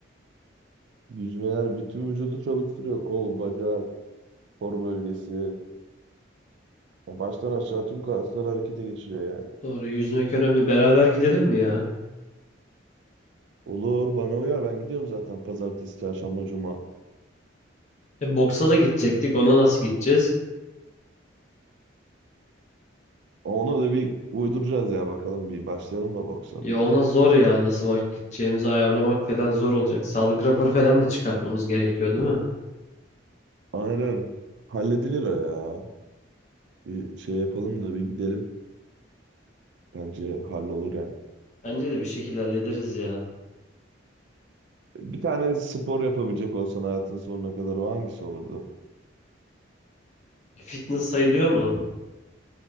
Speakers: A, on the right; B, on the left.
A: Yüzme yani bütün vücudu çalıştırıyor. Kol, bacak, kor bölgesi. Ya baştan aşağı tüm kasları harekete geçiriyor yani.
B: Doğru yüzmek önemli. Beraber gidelim mi ya?
A: Olur bana uyar ben gidiyorum zaten pazartesi, çarşamba, cuma.
B: E, boksa da gidecektik. Ona nasıl gideceğiz?
A: Ona da bir uyduracağız ya bakalım bir başlayalım da boksa.
B: Ya ona zor ya nasıl vakit gideceğimizi ayarlamak falan zor olacak. Sağlık raporu falan da çıkartmamız gerekiyor değil mi?
A: Aynen. Halledilir o ya. Bir şey yapalım da bir gidelim. Bence hallolur yani.
B: Bence de bir şekilde hallederiz ya.
A: Bir tane spor yapabilecek olsan hayatın sonuna kadar o hangisi olurdu?
B: Fitness sayılıyor mu?